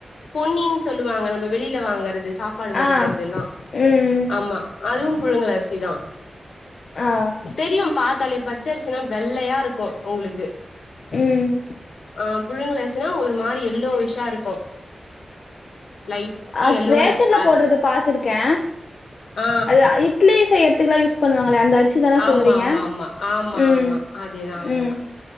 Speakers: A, on the left; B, on the left.
A: பொன்னின்னு சொல்லுவாங்க நம்ம வெளியில வாங்கறது சாப்பாடு வடிக்கறது
B: ஆ
A: எல்லா
B: ம்
A: ஆமா அதுவு புழுங்கல் அரிசி தா
B: அ
A: தெரியு பாத்தாலே பச்சரிசினா வெள்ளையா இருக்கு ஒங்ளுக்கு
B: ம்
A: அ புழுங்கலர்சினா ஒரு மாரி எல்லோவிஷா இருக்கு லைட்
B: அத்
A: எல்லோல
B: ரேஷன்ல
A: அது
B: போடுறது பாத்துருக்கே
A: ஆ
B: அது இட்லி செய்ய துக்ல்லா யூஸ் பண்ணுவாங்களே அந்த அரிசி தான
A: ஆ ஆமா
B: சொல்றீங்க
A: ஆமா ஆமா ஆமா
B: ம்
A: ஆமா அதேதா அதேதா
B: ம்